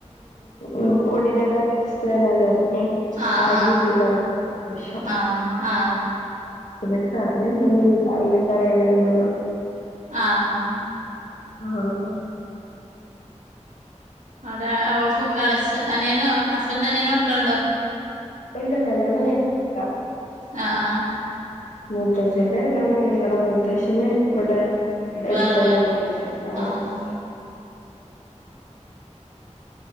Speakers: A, on the left (about 80°); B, on the right (about 85°).
A: ആഹ് പൊടിനെക്കാട്ടി ഇഷ്ട്ടല്ലേ- എല്ലാർക്കും
B: ആഹ്
A: ആരി
B: ആഹ്
A: ഇട്ട് കാണ്ട് ദോശ.
B: ആഹ് ആഹ്..
A: നിനക്ക് അതേ ഉണ്ടല്ലേ അയിലക്കറി അങ്ങനെന്തേലും.
B: ആഹ്.
A: ആഹ്.
B: അവിടെ അവൾക്കും വെളച്ച്, അനിയനോ, ഹസ്ബന്റിന്റെ അനിയന് മക്കളൊണ്ടോ?
A: ഇല്ല കല്യാണം കഴിഞ്ഞില്ല.
B: ആഹ് ആഹ്
A: മൂത്തച്ചന്റെ കല്യാണം- കഴിഞ്ഞേക്കണു, മുത്തശ്ശന് ഇവിടെ- എടുത്തന്നെ
B: വേറെ പോയോ
A: വീട്ട് ആ..
B: ആഹ് ആഹ്